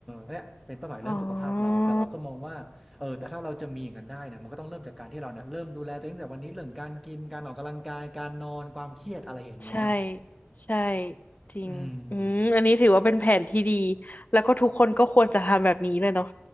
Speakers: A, in the centre; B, on the left.
A: เนี่ยเป็นเป้าหมายเรื่องสุขภาพเราแต่เราก็มองว่าเออแต่ถ้าเราจะมีอย่างนั้นได้เนี่ยมันก็ต้องเริ่มจากการที่เราเนี่ยเริ่มดูแลตัวเองตั้งแต่วันนี้เรื่องการกิน
B: อ๋อ
A: การออกกำลังกายการนอนความเครียดอะไรอย่างเงี้ย
B: ใช่ ใช่ จริงอืมอันนี้ถือว่าเป็นแผนที่ดี
A: อืม
B: แล้วก็ทุกคนก็ควรจะทำแบบนี้เลยเนาะ